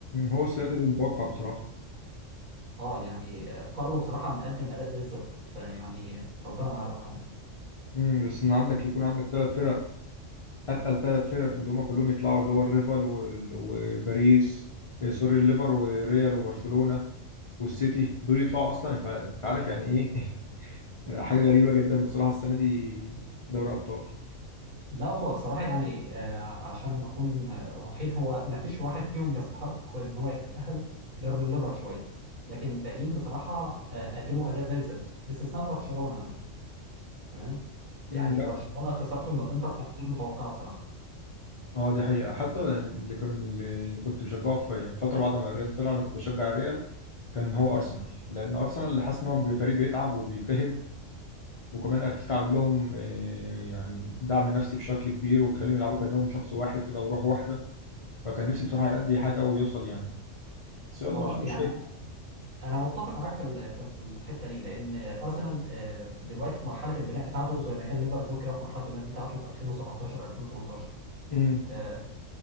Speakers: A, on the left; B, on the right.
A: هو السنه دي كان متوقع بصراحه
B: اه يعني آه، كارلو بصراحة مقدم أداء زي الزفت فيعني ربنا معاه
A: امم بس ان عندك يكون عندك ثلاث فرق اتقل ثلاث فرق اللي هم كلهم يطلعوا اللي هو الريفال وال- وباريس إيه، سوري الليفر وريال وبرشلونه والسيتي دول يطلعوا اصلا فانت عارف يعني ايه <laughs> حاجه غريبه جدا بصراحه السنه دي دوري ابطال
B: لا هو الصراحة يعني آه، عشان نكون آه، واضحين هو ما فيش واحد فيهم يستحق إن هو يتأهل غير الليفر شوية لكن الباقيين بصراحة آه، قدموا أداء زي الزفت باستثناء برشلونة مثلا تمام يعني
A: امم
B: برشلونة خسارته من الإنتر كانت غير متوقعة بصراحة
A: اه دي حقيقة حتى اللي كان اللي كنت بشجعه في فترة بعد ما الريال طلع انا كنت بشجع الريال كان هو ارسنال لان ارسنال اللي حاسس ان هو بيبقى فريق بيتعب وبيجتهد وكمان ارتيتا عامل لهم آه، يعني دعم نفسي بشكل كبير وبيخليهم يلعبوا كانهم شخص واحد كده وروح واحدة فكان نفسي بصراحة يأدي حاجة ويوصل يعني بس يلا
B: اه
A: مش مشكلة
B: يعني أنا متفق معاك في ال- في الحتة دي لأن أرسنال آه، دلوقتي في مرحلة البناء بتاعته زي ما كان ليفربول كده في مرحلة البناء بتاعته في 2017 2018
A: امم
B: آه،